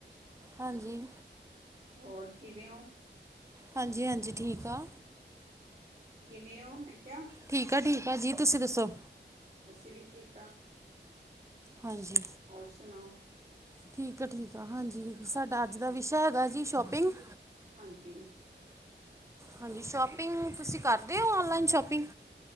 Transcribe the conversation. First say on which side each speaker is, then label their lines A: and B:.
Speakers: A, on the right; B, on the right.
A: ਹਾਂਜੀ।
B: ਹੋਰ, ਕਿਵੇਂ ਔ?
A: ਹਾਂਜੀ-ਹਾਂਜੀ, ਠੀਕ ਆਂ।
B: ਕਿਵੇਂ ਔ? ਮੈਂ ਕਿਆ।
A: ਠੀਕ ਆ, ਠੀਕ ਆ ਜੀ, ਤੁਸੀਂ ਦੱਸੋ?
B: ਅਸੀਂ ਵੀ ਠੀਕ ਆਂ।
A: ਹਾਂਜੀ।
B: ਹੋਰ ਸੁਣਾਓ?
A: ਠੀਕ ਆ ਠੀਕ ਆ ਹਾਂਜੀ, ਸਾਡਾ ਅੱਜ ਦਾ ਵਿਸ਼ਾ ਹੈਗਾ ਜੀ ਸ਼ੋਪਿੰਗ।
B: ਹਾਂਜੀ।
A: ਹਾਂਜੀ, ਸ਼ੋਪਿੰਗ ਤੁਸੀਂ ਕਰਦੇ ਔ, ਔਨਲਾਈਨ ਸ਼ੋਪਿੰਗ?